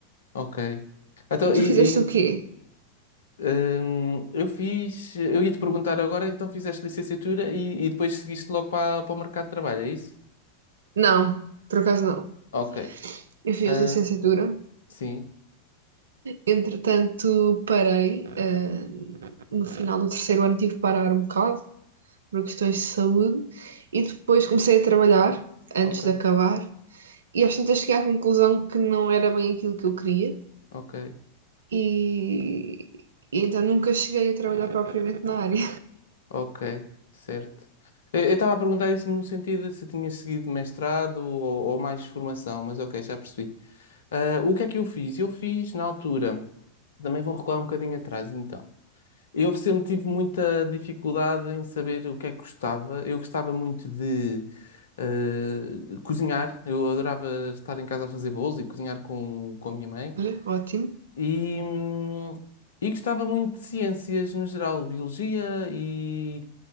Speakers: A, on the left; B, on the right.
A: ok. Então,
B: E tu
A: e,
B: fizeste
A: e,
B: o quê?
A: hum, eu fiz, eu ia te perguntar agora, então fizeste licenciatura e, e depois seguiste logo para, para o mercado de trabalho, é isso?
B: Não, por acaso não.
A: Ok.
B: Eu fiz
A: Ah,
B: licenciatura
A: sim,
B: Entretanto, parei. ah, no final do terceiro ano tive que parar um bocado por questões de saúde e depois comecei a trabalhar antes
A: ok,
B: de acabar e às tantas cheguei à conclusão que não era bem aquilo que eu queria
A: ok,
B: e, e então nunca cheguei a trabalhar propriamente na área.
A: ok, certo. Eu estava a perguntar isso no sentido de se tinha seguido mestrado ou, ou mais formação, mas ok, já percebi. Ah, o que é que eu fiz? Eu fiz na altura, também vou recuar um bocadinho atrás então. Eu sempre tive muita dificuldade em saber o que é que gostava. Eu gostava muito de ah, cozinhar, eu adorava estar em casa a fazer bolos e cozinhar com, com a minha
B: <laughs>
A: mãe.
B: Olha, ótimo.
A: E, hum, e gostava muito de ciências no geral, biologia e